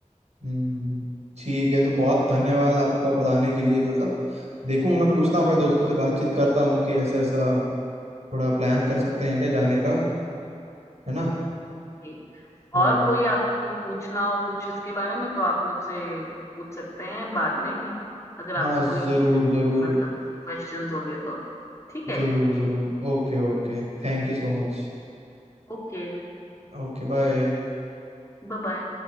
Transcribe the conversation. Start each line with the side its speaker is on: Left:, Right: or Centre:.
Right: हम्म ठीक है तो बहुत धन्यवाद आपका बताने के लिए मतलब देखूंगा मैं पूछता हूँ अपने दोस्तों से बातचीत करता हूँ कि ऐसा ऐसा थोड़ा प्लान कर सकते हैं क्या जाने का है ना
Left: ओके
Right: तो
Left: और कोई आपको पूछना हो कुछ इसके बारे में तो आप मुझसे पूछ सकते हैं बाद में भी अगर आपको
Right: हाँ
Left: कोई
Right: जरूर जरूर
Left: मतलब क्वेश्चंस होंगे तो ठीक है
Right: जरूर जरूर okay okay thank you so much
Left: Okay
Right: Okay bye
Left: bye bye